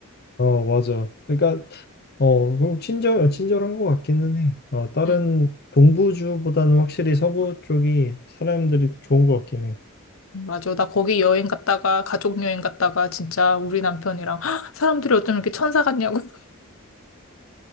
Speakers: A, on the left; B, on the left.
A: 어, 맞아. 그러니까 어, 그럼 친절 친절한 것 같기는 해. 어, 다른
B: 음.
A: 동부주보다는 확실히 서부 쪽이 사람들이 좋은 것 같긴 해.
B: 맞아. 나 거기 여행 갔다가, 가족 여행 갔다가, 진짜 우리 남편이랑, "헉, 사람들이 어쩜 이렇게 천사 같냐고. <laughs>